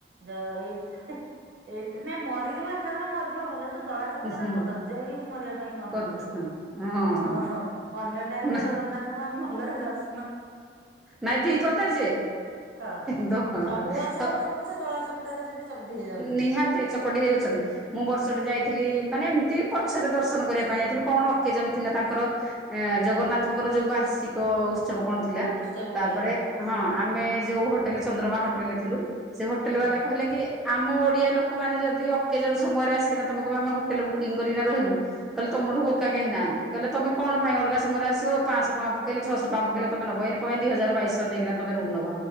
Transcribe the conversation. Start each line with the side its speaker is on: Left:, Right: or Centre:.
Right: ଯ ଏଇଠି ଏଇଠି ତ ନାଇ ମରିଯିବା ଏକାଥରେ ମରିଯିବ ଭଲ ଯୋଉ ଦଳା ଚକଟାରେ
Centre: ହୁଁ
Right: କଦର୍ଯ୍ୟ ହେଇକି ମରିବା ପାଇଁ ମନ
Centre: ହଁ
Right: ନାହିଁ ମୋର।
Centre: ହଁ
Right: ଓହୋ ଅନ୍ୟ ଟାଇମ
Centre: ନା
Right: ରେ ଜଗନ୍ନାଥଙ୍କୁ ଆମେ ଭଲରେ ଦର୍ଶ
Centre: ନାଇଁ ଠିକ କଥା ଯେ।
Right: ହଁ।
Centre: ଦ
Right: ସବୁ ବର୍ଷ
Centre: ତ
Right: ଆମେ ଶୁଣୁଛେ ଦଳା ଚକଟାରେ ସେଠି ଚକଟି ହେଇଯାଉଛନ୍ତି।
Centre: ନିହାତି ଚକଟି ହେଇଯାଉଛନ୍ତି। ମୁଁ ବର୍ଷଟେ
Right: ଉଁ
Centre: ଯାଇି ଥିଲି ମାନେ ଏମିତି ପଛରେ ଦର୍ଶନ କରିବା ପାଇଁ ଯାଇଥିଲୁ କଣ ଅକେଜନ ଥିଲା ତାଙ୍କର ଏ
Right: ହୁଁ
Centre: ଜଗନ୍ନାଥ ତାଙ୍କର ଯୋଉ ବାର୍ଷିକ ଉତ୍ସବ କଣ ଥିଲା
Right: ଉତ୍ସବ
Centre: ତାପରେ
Right: ହୁଏ
Centre: ହଁ ଆମେ ଯୋଉ ହୋଟେଲ ଚନ୍ଦ୍ରମା ହୋଟେଲରେ ଥିଲୁ ସେ ହୋଟେଲ
Right: ହୁଁ
Centre: ବାଲା କହିଲେ କି ଆମ ଓଡିଆ ଲୋକମାନେ ଯଦି ଅକେଜନ ସମୟରେ ଆସିକିନା ତମେ କହିବ ଆମେ ହୋଟେଲ ବୁକିଂ କରିକିନା ରହିବୁ। କହିଲେ ତମଠୁ ବୋକା
Right: ହୁଁ।
Centre: କେହି ନାହାନ୍ତି କହିଲେ ତମେ କଣ ପାଇଁ ଅଲଗା ସମୟରେ ଆସିବ ପାଞ୍ଚଶହ ଟା ପକେଇଲେ ଛଅଶ ଫମ ପକଇଲେ ତମେ ନବ ଏଇନେ କଣ ପାଇଁ ଦି ହଜାର ବାଇଶହ ନେଇକି ତମେ ରୁମ ନେବ।